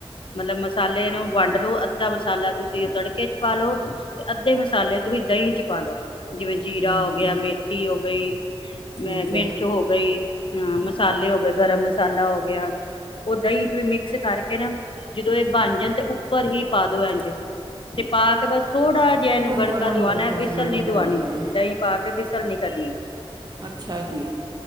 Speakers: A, on the left (about 55°); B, on the right (about 40°).
A: ਮਤਲਬ ਮਸਾਲੇ ਨੂੰ ਵੰਡ ਲੋ ਅੱਧਾ ਮਸਾਲਾ ਤੁਸੀਂ ਤੜਕੇ ਚ ਪਾਲੋ ਤੇ ਅੱਧੇ ਮਸਾਲੇ ਤੁਸੀਂ ਦਹੀਂ ਚ ਪਾਲੋ। ਜਿਵੇਂ ਜੀਰਾ
B: ਠੀਕ
A: ਹੋ ਗਿਆ,
B: ਹੈ।
A: ਮੇਥੀ ਹੋ ਗਈ,
B: ਠੀਕ
A: ਮ ਮਿਰਚ
B: ਹੈ
A: ਹੋ ਗਈ ਹਾਂ ਮਸਾਲੇ ਹੋ ਗਏ ਗਰਮ ਮਸ ਸਾਲਾ ਹੋ ਗਿਆ ਉਹ ਦਹੀਂ ਚ ਵੀ ਮਿਕਸ ਕਰਕੇ ਨਾ ਜਦੋਂ ਇਹ ਬਣ ਜਾਣ ਤੇ ਉਪ ਉੱਪਰ ਹੀ ਪਾ ਦੋ ਇੰਝ ਤੇ ਪਾ ਕੇ ਬਸ ਥੋੜਾ ਜਿਹਾ
B: ਹੁਣ
A: ਇਹਨੂੰ
B: ਕੁਝ
A: ਗੜਕਾ
B: ਕਰਨ
A: ਦਵਾਉਣਾ
B: ਲਈ ਹਟਣਾ
A: ਬਿਸਲ
B: ਨਹੀਂ
A: ਨੀ
B: ਕਰਨਾ
A: ਦਵਾਉਣੀ
B: ਹੈ।
A: ਦਹੀਂ ਪਾ ਕੇ ਬਿਸਲ ਨੀ ਕਰਨੀ।
B: ਅੱਛਾ ਜੀ।